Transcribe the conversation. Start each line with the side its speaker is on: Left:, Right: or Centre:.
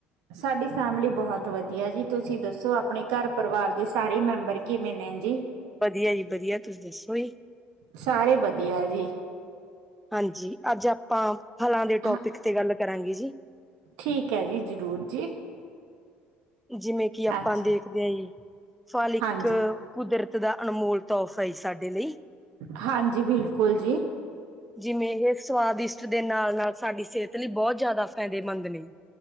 Right: ਸਾਡੀ ਫੈਮਿਲੀ ਬਹੁਤ ਵਧੀਆ ਜੀ ਤੁਸੀਂ ਦੱਸੋ ਆਪਣੇ ਘਰ ਪਰਿਵਾਰ ਦੇ ਸਾਰੇ ਮੈਂਬਰ ਕਿਵੇਂ ਨੇ ਜੀ।
Centre: ਵਧੀਆ ਜੀ ਵਧੀਆ ਤੁਸੀਂ ਦੱਸੋ ਜੀ।
Right: ਸਾਰੇ ਵਧੀਆ ਜੀ।
Centre: ਹਾਂਜੀ ਅੱਜ ਆਪਾਂ ਫਲਾਂ ਦੇ ਟੋਪਿਕ
Right: ਹਾਂ
Centre: ਤੇ ਗੱਲ ਕਰਾਂਗੇ ਜੀ।
Right: ਠੀਕ ਹੈ ਜੀ ਜ਼ਰੂਰ ਜੀ।
Centre: ਜਿਵੇਂ ਕਿ ਆਪਾਂ
Right: ਅੱਛਾ।
Centre: ਦੇਖਦੇ ਹਾਂ ਜੀ ਫਾਲ ਇੱਕ
Right: ਹਾਂਜੀ,
Centre: ਕੁਦਰਤ ਦਾ ਅਨਮੋਲ ਤੋਹਫ਼ਾ ਹ ਸਾਡੇ ਲਈ।
Right: ਹਾਂਜੀ ਬਿਲਕੁਲ ਜੀ।
Centre: ਜਿਵੇਂ ਇਹ ਸਵਾਦਿਸ਼ਟ ਦੇ ਨਾਲ- ਨਾਲ ਸਾਡੀ ਸਿਹਤ ਲਈ ਬਹੁਤ ਜ਼ਿਆਦਾ ਫਾਇਦੇਮੰਦ ਨੇ।